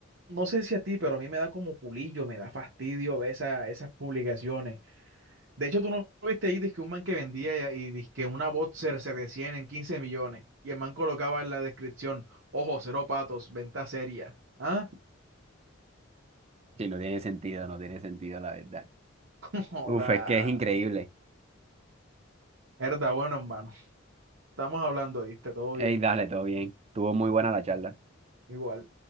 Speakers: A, on the right; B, on the right.
A: no sé si a ti, pero a mí me da como culillo, me da fastidio ver esa- esas publicaciones. De hecho, tú no viste ahí dizque un man que vendía y dizque una Boxer se decían en 15 millones. Y el man colocaba en la descripción, ojo, cero patos, venta seria. ¿Ah?
B: Sí, no tiene sentido, no tiene sentido, la verdad.
A: <laughs> Joda.
B: Uf, es que es increíble.
A: Herda, bueno, hermano. Estamos hablando, ¿viste? Todo
B: Ey,
A: bien.
B: dale, todo bien. Tuvo muy buena la charla.
A: Igual.